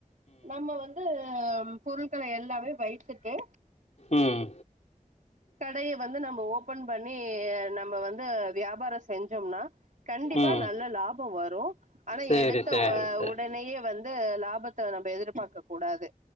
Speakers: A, on the right (about 60°); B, on the left (about 55°).
A: நம்ம வந்து ஆம் பொருள்களை எல்லாமே வைத்துட்டு
B: ம் ம்
A: கடய வந்து நம்ம ஓபன் பண்ணி நம்ம வந்து வியாபாரம் செஞ்சோம்னா கண்டிப்பா
B: ம்
A: நல்ல லாபம் வரும் ஆனா
B: சரி
A: எடுத்த
B: சரி சரி
A: உடனேயே வந்து லாபத்தை நம்ம எதிர்பார்க்க கூடாது